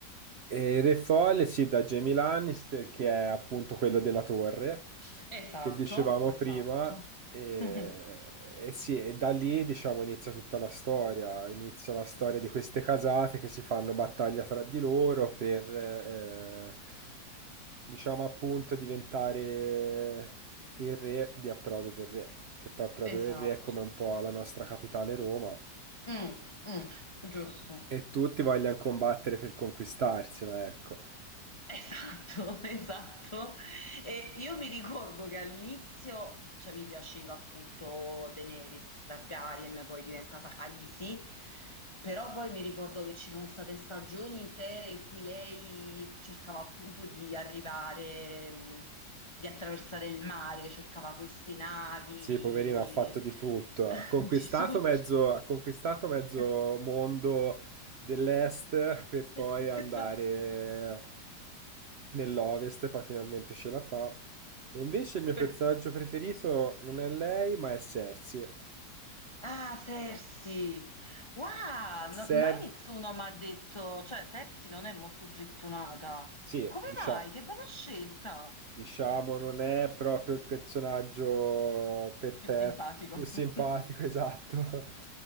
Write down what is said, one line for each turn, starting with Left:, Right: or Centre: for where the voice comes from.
Right: E il Re Folle, sì, da Jamie Lannister, che è appunto quello della torre,
Left: Esatto,
Right: che dicevamo
Left: esatto.
Right: prima, e,
Left: <laughs>
Right: e sì, e da lì, diciamo, inizia tutta la storia, inizia la storia di queste casate che si fanno battaglia tra di loro per, eh, diciamo, appunto, diventare il re di Approdo del Re, che poi Approdo
Left: Esatto.
Right: del Re è come un po' la nostra capitale Roma,
Left: Mm, mm, giusto.
Right: e tutti vogliono combattere per conquistarsela, ecco.
Left: Esatto, <laughs> esatto. E io mi ricordo che all'inizio, cioè, mi piaceva appunto Daenerys Targaryen, poi diventata Khaleesi, però poi mi ricordo che ci sono state stagioni intere in cui lei cercava appunto di arrivare, mh, di attraversare il mare, cercava queste navi,
Right: Sì, poverino, ha fatto di tutto.
Left: <laughs>
Right: Ha conquistato
Left: di tutto.
Right: mezzo, ha conquistato mezzo
Left: <laughs>
Right: mondo dell'est per poi
Left: Esatto.
Right: andare nell'ovest, poi finalmente ce la fa. E invece il mio personaggio
Left: Per-
Right: preferito non è lei, ma è Cersei.
Left: Ah, Sersi! Wow, no-
Right: Cer-
Left: mai nessuno mi ha detto, cioè Sersi non è molto gettonata.
Right: sì,
Left: Come
Right: diciamo,
Left: mai? Che bella scelta!
Right: Diciamo, non è proprio il personaggio perfetto,
Left: Più simpatico.
Right: più simpatico,
Left: <laughs>
Right: <laughs> esatto.